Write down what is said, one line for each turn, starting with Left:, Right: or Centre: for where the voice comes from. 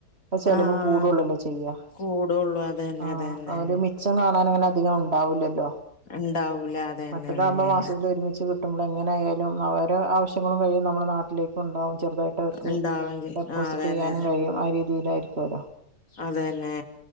Right: അ ചിലവ്
Left: ആഹ്
Right: കൂടുള്ളല്ലേ ചെയ്യാ,
Left: കൂടുള്ളൂ അതന്നെ
Right: ആ
Left: അതന്നെ
Right: അവര് മിച മിച്ചം കാണാനങ്ങനെ അധികം ഉണ്ടാവില്ലല്ലോ
Left: ഉണ്ടാവൂല അതന്നെ
Right: മറ്റതാകുമ്പോ
Left: അതന്നെ
Right: മാസത്തിലൊരുമിച്ച് കിട്ടുമ്പോൾ എങ്ങയാലും അവര് ആവശ്യങ്ങളും കഴിയും നമ്മുടെ നാട്ടിലേക്ക് ഉണ്ടാവും ചെറുതായിട്ട് അവർക്ക്
Left: ഉണ്ടാവെങ്കിൽ
Right: ഡെപ്പോസിറ്റ്
Left: ആഹ് അതന്നെ
Right: ചെയ്യാനും കഴിയും ആ രീതിയില്. രീതിയിലാരിക്കുമല്ലോ
Left: അതന്നെ